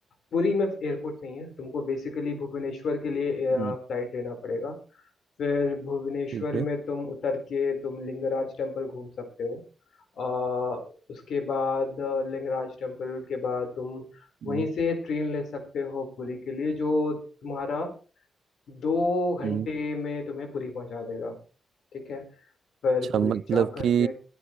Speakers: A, on the left; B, on the right.
A: पुरी में एयरपोर्ट नहीं है तुमको बेसिकली भुवनेश्वर के लिए
B: हम्म,
A: फ्लाइट लेना पड़ेगा फिर भुवनेश्वर
B: ठीक है
A: में तुम उतर के तुम लिंगराज टेम्पल घूम सकते हो आ, उसके बाद अ, लिंगराज टेम्पल के बाद तुम
B: हम्म,
A: वहीं से ट्रेन ले सकते हो पुरी के लिए जो तुम्हारा दो घंटे
B: हम्म।
A: में तुम्हें पुरी पहुंचा देगा ठीक है फिर
B: अच्छा
A: पुरी
B: मतलब
A: जा करके
B: कि